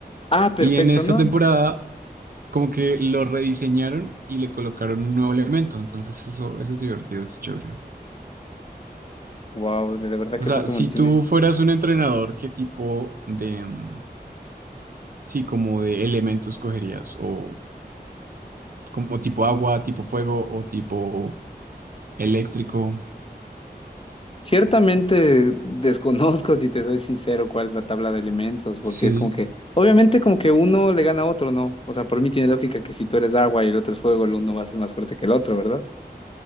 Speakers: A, on the left (about 35°); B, on the right (about 60°).
A: ah, perfecto,
B: Y en esta
A: ¿no?
B: temporada como que lo rediseñaron y le colocaron un nuevo elemento. Entonces eso, eso es divertido, eso es chévere.
A: Wow, de verdad
B: O
A: que
B: sea,
A: Pokémon
B: si
A: tiene.
B: tú fueras un entrenador, ¿qué tipo de, mm, sí, como de elementos cogerías? O como tipo agua, tipo fuego o tipo eléctrico.
A: Ciertamente desconozco, si te soy sincero, cuál es la tabla de elementos, porque
B: Sí.
A: es como que, obviamente como que uno le gana a otro, ¿no? O sea, por mí tiene lógica que si tú eres agua y el otro es fuego, el uno va a ser más fuerte que el otro, ¿verdad?